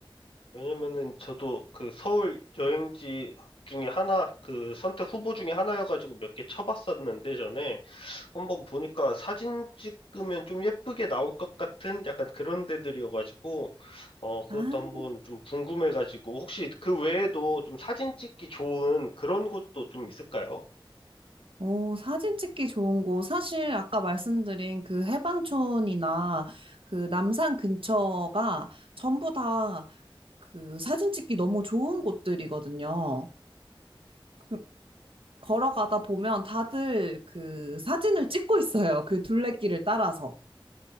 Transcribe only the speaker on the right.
아.
오, 사진 찍기 좋은 곳. 사실 아까 말씀드린 그 해방촌이나 그 남산 근처가 전부 다 그 사진 찍기 너무 좋은 곳들이거든요. 그 걸어가다 보면 다들 그 사진을 찍고 있어요. 그 둘레길을 따라서.